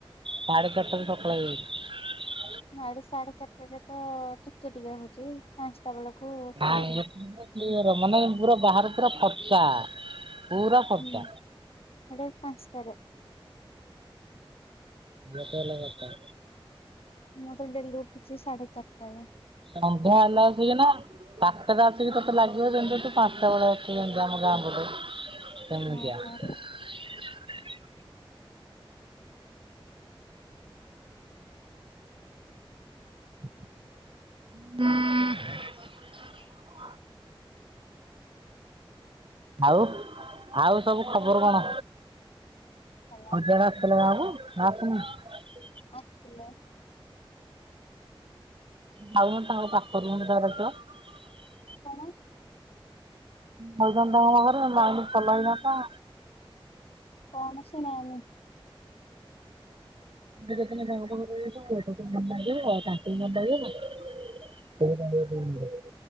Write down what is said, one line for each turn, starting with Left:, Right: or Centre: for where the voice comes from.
Right: ସାଢେ ଚାରିଟା ରେସଖାଳ ହେଇଯାଉଛି।
Left: ଆଡେ ସାଢେ ଚାରିଟରେ ତ ଟିକେ ଟିକେ ହଉଛି ପାଞ୍ଚ ସେତେବେଳକୁ <unintelligible>
Right: ନାଇଁ ଏଠି ପୁରା କ୍ଲିୟର ମାନେ ପୁରା ବାହାର ପୁରା ଫର୍ଚା। ପୁରା ଫର୍ଚା
Left: ହୁଁ ଆଡେ ପାଞ୍ଚା ଟାରେ
Right: ସେଇଆ ତ ହେଲା କଥା।
Left: ମୁଁ ତ ଡେଲି ଉଠୁଛି ସାଢେ ଚାରିଟାରେ ।
Right: ସନ୍ଧ୍ୟା ହେଲା ଆଲସିକି ନା ସାତଟା ଟା ଆସିକି ତୋତେ ଲାଗିବ ଯେମିତି ପାଟ ବଡ଼ମ ଗ ଆବଳେ <unintelligible> ସେମିଟିକା
Left: ଓହୋ
Right: <unintelligible> <inaudible> ଆଉ ଆଉ ସବୁ ଖବର କଣ?
Left: ଭଲ
Right: ହଜାଗା ଆସିଥିଲା ବାକୁ ହଁ କ <unintelligible>
Left: ଆସଛ <inaudible>
Right: ଯାଉନ ତାଙ୍କ ପାଖରେ ଘରଛ <unintelligible>
Left: କଣ
Right: ହୋଇ ଜ ହ ଲାଇନ ପଲା ଯ ତ
Left: କଣସି ନା ନାହିଁ।
Right: ଯେୋ ମ ଆଉ ତାଙ୍କୁ ବି ମ <unintelligible>